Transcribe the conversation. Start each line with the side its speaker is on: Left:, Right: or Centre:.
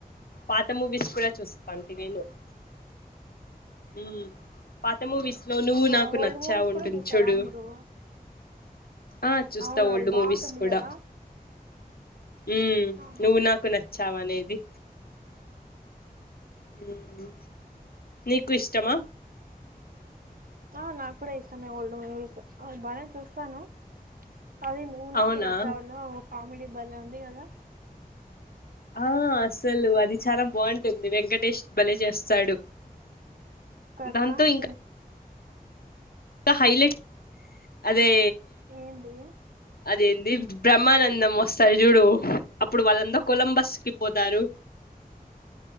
Left: పాత మూవీస్ కూడా చూస్తాంటి నేను ఉమ్ పాత మూవీస్ లో నువ్వు
Right: ఆహా
Left: నాకు
Right: ఓల్డ్
Left: నచ్చావు
Right: మూవీస్
Left: ఉంటుంది
Right: కూడా చూస్తారా
Left: చూడు
Right: మీరు
Left: ఆ చూస్తా
Right: అవును
Left: ఓల్డ్
Right: అది బాగుంటుంది
Left: మూవీస్ కూడా
Right: కదా
Left: ఉ
Right: ఆహా
Left: నువ్వు నాకు నచ్చావ్ అనేది ఉమ్ నీకు ఇష్టమా
Right: ఆ నాకు కూడా ఇష్టమే ఓల్డ్ మూవీస్ బానే చూస్తాను అదే నువ్వు నాకు
Left: అవునా
Right: నచ్చావులో కామెడి బలే ఉంది కదా
Left: ఆ అసలు అది చాలా బాగుంటుంది వెంకటేష్ భలే చేస్తాడు
Right: కదా
Left: దాంతో
Right: ఉ
Left: ఇంకా హైలైట్ అదే
Right: ఏంది
Left: అదే బ్రహ్మానందం వస్ ఒకసారిజూడు అప్పుడు వాళ్ళంతా కొలంబస్ కి పోతారు <inaudible>